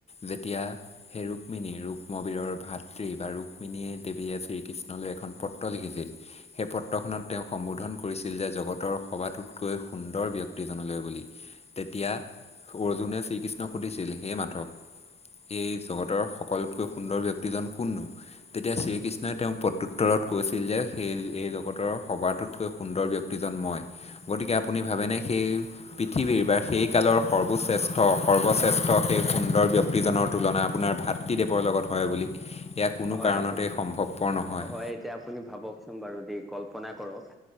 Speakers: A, on the left; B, in the centre.
A: যেতিয়া সেই ৰুক্মিণী ৰুক্মবীৰৰ ভাতৃ বা ৰুক্মিণীয়ে দেৱীয়ে শ্ৰীকৃষ্ণলে এখন পত্ৰ লিখিছিল, সেই পত্ৰখনত তেওঁ সম্বোধন কৰিছিল যে জগতৰ সবাটোতকৈ সুন্দৰ ব্যক্তিজনলৈ বুলি, তেতিয়া অৰ্জুনে শ্ৰীকৃষ্ণক সুধিছিল সেই মাধৱ এই জগতৰ সকলোতকৈ সুন্দৰ ব্যক্তিজন কোননো। তেতিয়া শ্ৰীকৃষ্ণই তেওঁক পতু কৈছিল যে সেই এই জগতৰ সভাটোতকৈ সুন্দৰ ব্যক্তিজন মই। গতিকে আপুনি ভাবেনে সেই পৃথিৱীৰ বা সেই কালৰ সৰ্বশ্ৰেষ্ঠ - সৰ্বশ্ৰেষ্ঠ সেই সুন্দৰ ব্যক্তিজনৰ। তুলনা আপোনাৰ ভাতৃদেৱৰ লগত হয় বুলি এয়া কোনো
B: হয়
A: কাৰণতেই
B: আপু
A: সম্ভৱপৰ নহয়।
B: হয় এতিয়া আপুনি ভাবকচোন বাৰু দেই কল্পনা কৰক